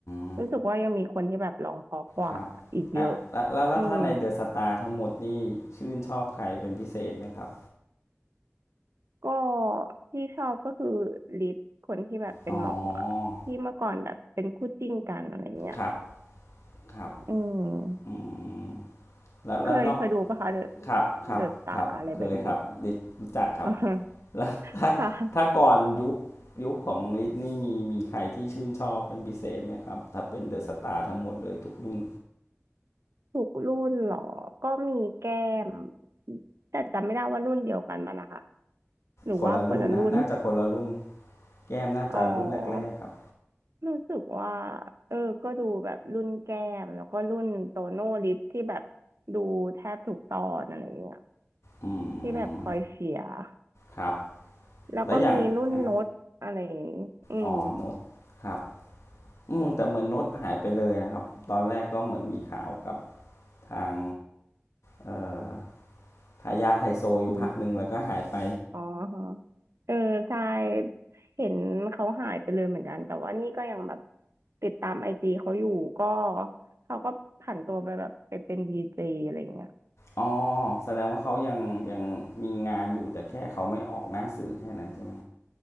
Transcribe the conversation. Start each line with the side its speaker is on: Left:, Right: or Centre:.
Left: ม
Right: รู้สึกว่ายังมีคนที่แบบร้องเพราะกว่าอีกเยอะ
Left: ครับอ่ะแล้วแล้วแล้วถ้าในเดอะสตาร์ทั้งหมดนี่ชื่นชอบใครเป็นพิเศษไหมครับ
Right: อืมก็ที่ชอบก็คือลิศคนที่แบบเป็นหมออะที่เมื่อก่อนแบบเป็นคู่จิ้นกันอะไรเงี้ย
Left: อ๋อครับครับ
Right: อืม
Left: อืมแล้วแล้วเนาะ
Right: เคยเคยดูปะคะเดอะ
Left: ครับครับครับเคยครับลิทรู้จักครับ
Right: เดอะตาอะไรแบบนี้ <laughs> อ่าฮะ
Left: แล้วถ้าถ้าก่อนยุค
Right: ค่ะ
Left: ยุคของลิทนี่มีมีใครที่ชื่นชอบเป็นพิเศษไหมครับถ้าเป็นเดอะสตาร์ทั้งหมดเลยทุกรุ่น
Right: ทุกรุ่นเหรอก็มีแก้มแต่จำไม่ได้ว่ารุ่นเดียวกันมันนะคะหรือว่าคนละรุ่น
Left: คนละรุ่นนะน่าจะคนละรุ่นแก้มน่าจะรุ่นแรกๆครับ
Right: อ๋อรู้สึกว่าเออก็ดูแบบรุ่นแก้มแล้วก็รุ่นโตโน่ลิฟที่แบบดูแทบทุกตอนอะไรเงี้ย
Left: อื
Right: ที่แบบคอยเชียร์
Left: มครับ
Right: แล้วก็มีรุ่นโน้ตอะไรอย่างงี้อืม
Left: แล้วอย่างอ่ะอ๋อโน้ตครับอืมแต่เหมือนโน้ตหายไปเลยนะครับตอนแรกก็เหมือนมีข่าวกับทางเอ่อทายาทไฮโซอยู่พักหนึ่งแล้วก็หายไป
Right: พี อ๋อฮะเออใช่เห็นเขาหายไปเลยเหมือนกันแต่ว่านี่ก็ยังแบบติดตามไอจีเขาอยู่ก็เขาก็ผันตัวไปแบบไปเป็นดีเจอะไรเงี้ย
Left: อ๋อแสดงว่าเขายังยังมีงานอยู่แต่แค่เขาไม่ออกหน้าสื่อแค่นั้นใช่ไหม